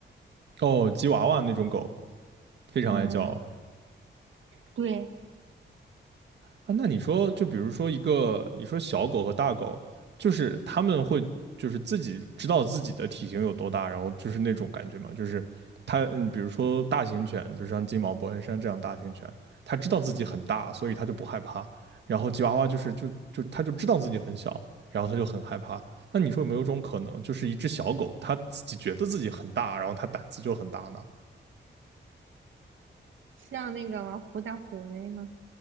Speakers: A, on the right; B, on the right.
A: 哦，吉娃娃那种狗非常爱叫，
B: 嗯，对，
A: 啊，那你说，就比如说一个，你说小狗和大狗，就是它们会就是自己知道自己的体型有多大，然后就是那种感觉嘛，就是它，嗯，比如说大型犬，比如像金毛、伯恩山这样大型犬，它知道自己很大，所以它就不害怕。然后吉娃娃就是就就它就知道自己很小，然后它就很害怕。那你说有没有一种可能，就是一只小狗，它自己觉得自己很大，然后它胆子就很大呢？
B: 像那个狐假虎威嘛，